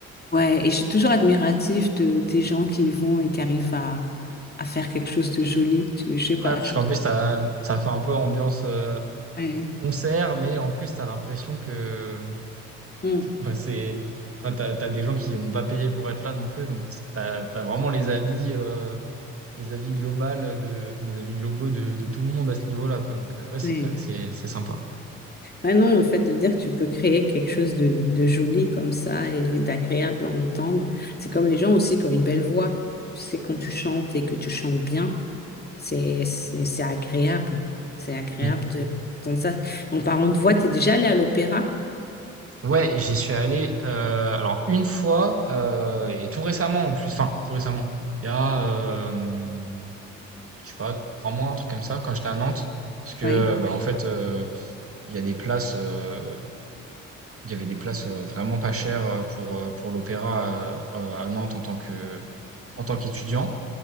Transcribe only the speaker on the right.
Ouais parce
qu'en plus t'as- ça fait un peu ambiance euh,
concert, mais en plus t'as l'impression que
Enfin, c'est, enfin, t'as, t'as des gens qui n'ont pas payé pour être là non plus, donc t'as, t'as vraiment les avis, euh, les avis globales de, les avis globaux de, de tout le monde à ce niveau-là, quoi. Donc, euh, ouais, c'est
clair que c'est, c'est sympa.
Mm.
Ouais, j'y suis allé, euh, alors une fois, euh, et tout récemment en plus, enfin, tout récemment. Il y a, euh, je sais pas, trois mois, un truc comme ça, quand j'étais à Nantes. Parce que,
bah, en Oui. fait, euh, il y a des places. euh, Il y avait des places, heu, vraiment pas chères, heu, pour, heu, pour l'opéra, heu, à à Nantes en tant que en tant qu'étudiant